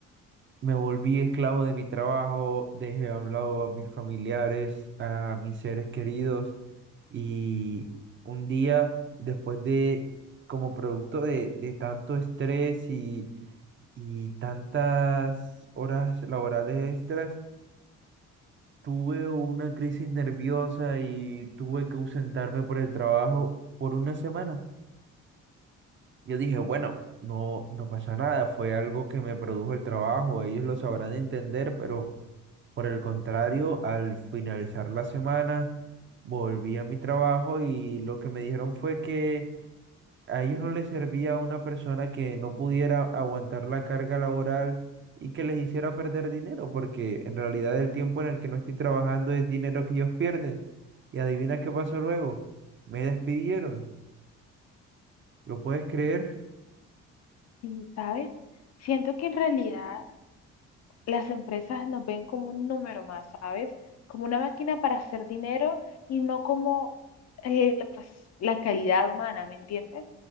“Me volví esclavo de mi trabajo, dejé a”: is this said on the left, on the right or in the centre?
Right